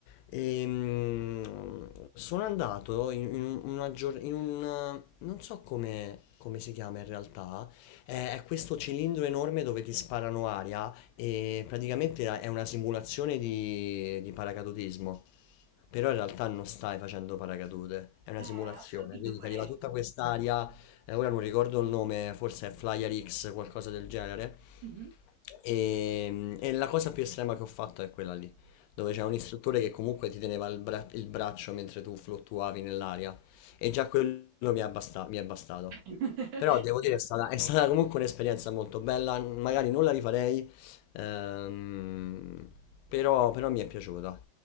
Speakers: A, on the left; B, on the right.
A: Ehm, sono andato in, in un- una gior- in un... non so come, come si chiama in realtà, è, è questo cilindro enorme dove ti sparano aria e praticamente è una simulazione di di paracadutismo. Però in realtà non stai facendo paracadute, è una
B: Eh,
A: simulazione,
B: ho capito
A: quindi
B: qual
A: ti arriva
B: è.
A: tutta quest'aria, eh, ora non ricordo il nome, forse è Flyer X, qualcosa del genere,
B: Mhm.
A: e, e la cosa più estrema che ho fatto è quella lì, dove c'è un istruttore che comunque ti teneva il, bra- il braccio mentre tu fluttuavi nell'aria, e già quello mi è abbasta- mi è bastato.
B: <laughs>
A: Però devo dire è stata, è stata comunque un'esperienza molto bella, magari non la rifarei, ehm, però, però mi è piaciuta,